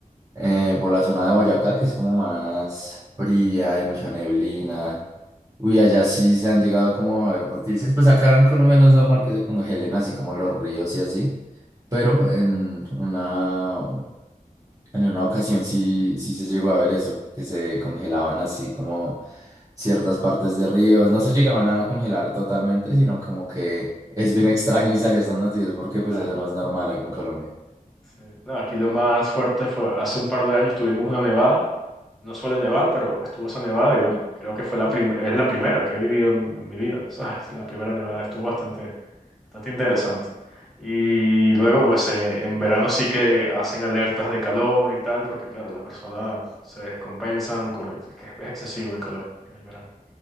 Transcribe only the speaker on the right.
eh, por la zona de Boyacá, que es como más fría, hay mucha neblina. Uy, allá sí se han llegado como a ver noticias. Pues acá en Colombia no es normal que se congelen así como los ríos y así. Pero en una, en una ocasión sí, sí se llegó a ver eso, que se congelaban así como ciertas partes de ríos. No se llegaban a congelar totalmente, sino como que es bien extraño y salió estas noticias porque pues
eso no es normal acá en Colombia.